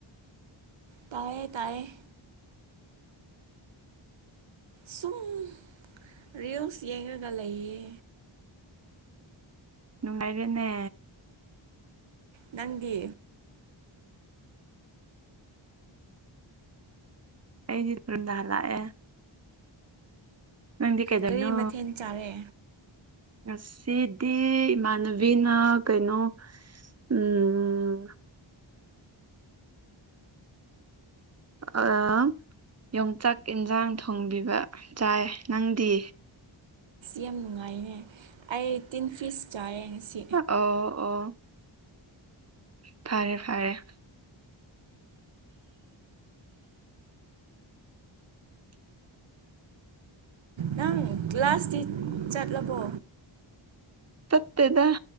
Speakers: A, on the right (about 65°); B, on the right (about 30°).
A: ꯇꯥꯢꯌꯦ-ꯇꯥꯢꯌꯦ ꯁꯨꯎꯝ ꯔꯤꯜꯁ ꯌꯦꯡꯉꯒ ꯂꯩꯌꯦ
B: ꯅꯨꯡꯉꯥꯏꯔꯦꯅꯦ
A: ꯅꯪꯗꯤ
B: UNINTELLIGIBLE ꯅꯪꯗꯤ ꯀꯗꯣꯏꯅꯣ
A: ꯀꯔꯤ ꯃꯊꯦꯜ ꯆꯥꯔꯦ
B: ꯉꯥꯁꯤꯗꯤ ꯏꯃꯥꯟꯅꯕꯤꯅꯥ ꯀꯩꯅꯣ ꯎꯪꯎꯪꯝ ꯑꯥ ꯌꯣꯡꯆꯥꯛ ꯏꯟꯖꯥꯡ ꯊꯣꯡꯕꯤꯕ ꯆꯥꯏ ꯅꯪꯗꯤ
A: ꯌꯥꯝ ꯅꯨꯡꯉꯥꯏꯅꯦ ꯑꯩ ꯇꯤꯟꯐꯤꯁ ꯆꯥꯏꯌꯦ ꯉꯁꯤ
B: ꯑꯣ ꯑꯣ ꯐꯔꯦ- ꯐꯔꯦ INAUDIBLE
A: ꯅꯪ ꯀ꯭ꯂꯥꯁ ꯇꯤ ꯆꯠꯂꯕꯣ
B: ꯆꯠꯇꯦꯗꯑꯥ